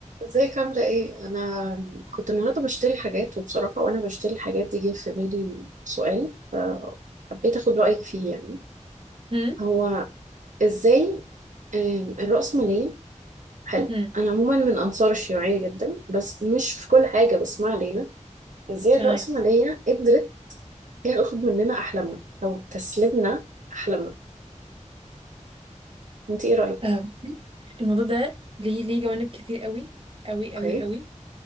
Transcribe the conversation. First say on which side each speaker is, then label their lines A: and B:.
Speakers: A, on the right (about 80°); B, on the right (about 45°).
A: ازيك عاملة ايه؟ أنا كنت النهاردة بشتري حاجات وبصراحة وأنا بشتري الحاجات دي جه في بالي سؤال فحبيت أخد رأيك فيه يعني
B: هم
A: هو ازاي آم، الرأسمالية حلو
B: هم
A: أنا عموما من أنصار الشيوعية جدا بس مش في كل حاجة بس ما علينا ازاي
B: تمام
A: الرأسمالية قدرت تاخد مننا أحلامنا أو تسلبنا أحلامنا أنت ايه رأيك؟
B: آه، بصي، الموضوع ده ليه ليه جوانب كتير قوي قوي
A: اوكي
B: قوي قوي